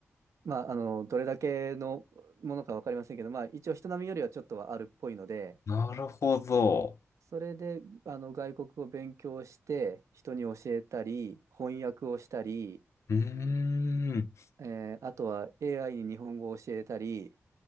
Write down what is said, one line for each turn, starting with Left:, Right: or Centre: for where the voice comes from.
Right: まあ、あのどれだけのものか分かりませんけど、まあ、一応人並みよりはちょっとはあるっぽいので、
Left: なるほど。
Right: それであの外国語を勉強して人に教えたり翻訳をしたり
Left: うーん。
Right: えーあとは AI に日本語を教えたり、